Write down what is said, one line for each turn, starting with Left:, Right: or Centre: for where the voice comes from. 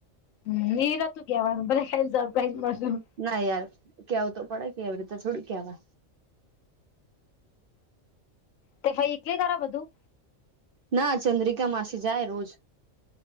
Left: હમ્મ, મેરા તો જ્ઞાન તો હે સરપ્રાઈઝ મોસન <unintelligible>
Right: ના યાર! કેવું તો પડે કે એવી રીતે થોડી કેવાય?
Left: તે ભાઈ કે ખરાબ હતું.
Right: ના ચંદ્રિકામાસી જાય રોજ,